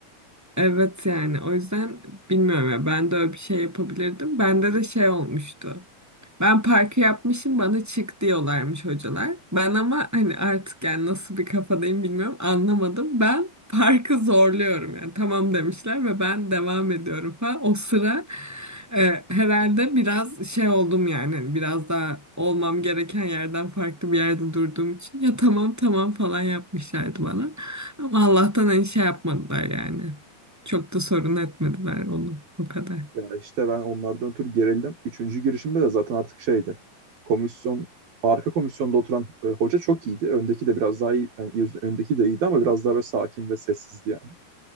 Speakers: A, in the centre; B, on the right (about 65°).
A: evet yani o yüzden bilmiyorum ya ben de öyle bir şey yapabilirdim. Bende de şey olmuştu. Ben parkı yapmışım bana çık diyorlarmış hocalar. Ben ama hani artık yani nasıl bir kafadayım bilmiyorum anlamadım. Ben parkı zorluyorum yani tamam demişler ve ben devam ediyorum falan. O sıra e, herhalde biraz şey oldum yani hani biraz daha olmam gereken yerden farklı bir yerde durduğum için ya tamam tamam falan yapmışlardı bana. Ama Allah'tan hani şey yapmadılar yani. Çok da sorun etmediler onu o kadar.
B: Ya işte ben onlardan ötürü gerildim. Üçüncü girişimde de zaten artık şeydi. Komisyon arka komisyonda oturan e, hoca çok iyiydi. Öndeki de biraz daha iyi, yani iyi- öndeki de iyiydi ama biraz daha böyle sakin ve sessizdi yani.